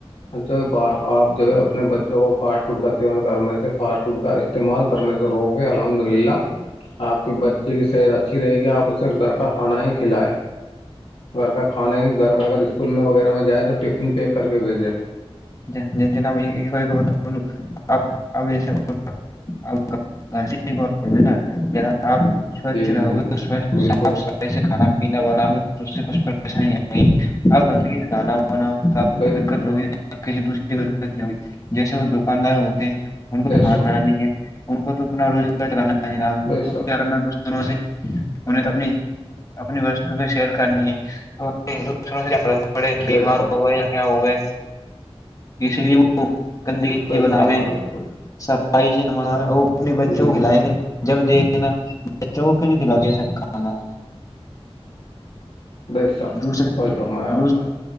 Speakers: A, on the left; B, on the left.
A: آپ جو ہے اپنے بچوں کو فاسٹ فوڈ کا سیون کرنے سے فاسٹ فوڈ کا استعمال کرنے سے روکیں الحمد للہ آپ کے بچے کی صحت اچھی رہے گی آپ اسے گھر کا کھانا ہی کھلائیں گھر کا کھانا ہی گھر کا اگر اسکول میں وغیرہ میں جائے تو ٹفن پیک کر کے بھیجے
B: ج ج ج کر تو بولپ اپی نہیں نا آپ سوچھ
A: جی
B: رہو
A: جی
B: گے
A: بالکل
B: سے کھانا پینا بناؤ گے تو اس سے کچھ پریشانی آگی آپ گندگی سے کھانا بناؤ تو آپ
A: بے
B: کو دقت ہوگئی کسی دوسری کو دت نہیں ہوگی جیسے وہ دکاندار ہوتے ہیں ان کو
A: بے
B: تو کھانا
A: شک
B: نہیں ہے ان کو تو اپنا روزگار چلانا جناب
A: بے
B: ان کو
A: شک
B: کیا کرنا کچھ دوں سے انیں اپنی وستو کی سیل کرنی ہے سے پڑے بیمار
A: بے شک
B: ہو یا کیا ہو ہے اس لیے وہ گندگیی
A: صحیح
B: بناویں
A: فرمایا بالکل
B: صفائی سے نمان ہے وہ اپنے بچوں
A: جی
B: ک
A: جی
B: لائیں گے جب دیک بچوں کو کیوں نہیں کھلااتے ایسے کھانا
A: بے شک
B: دوسرے
A: صحیح فرمایا آپ
B: دو
A: نے